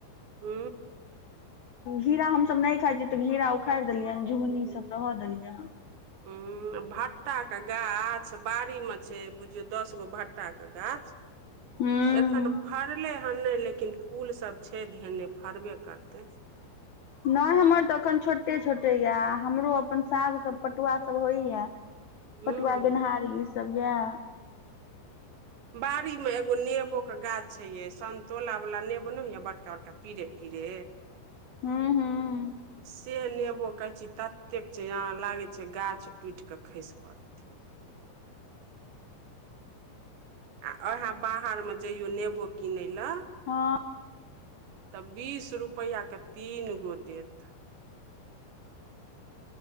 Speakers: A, on the right (about 75°); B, on the left (about 80°).
A: हू।
B: घेरा हमसभ नहि खाइ छियै तऽ, घेरा उखारि देलियैन, झुगनी सब रहऽ देलियै हन।
A: उ, भट्टा के गाछ बाड़ी मे से बुझियो दस गो भटा के गाछ,
B: हूँ
A: एखन फरलै एन नहि, लेकिन फूल सब छै धने, फड़बे करतै।
B: नहि हमर तऽ एखन छोटे- छोटे या, हमरो अपन साग सब पटुआ सब होइया।
A: हूँ
B: पटुआ, गेनहारी, ईसभ यए।
A: बाड़ी में एगो नेबो के गाछ छै ये, संतोला वाला नेबो न होइयै बड़का -बड़का। पीरे -पीरे
B: हूँ हूँ
A: से नेबो कहै छी। तत कतेक छै, या लागे छै गाछ टूट के खस पड़ते।
B: ह।
A: आ उएहे बाहर मे जइयो नेबो किनय लए।
B: हँ
A: तऽ, बीस रुपआ के तीन गो देत।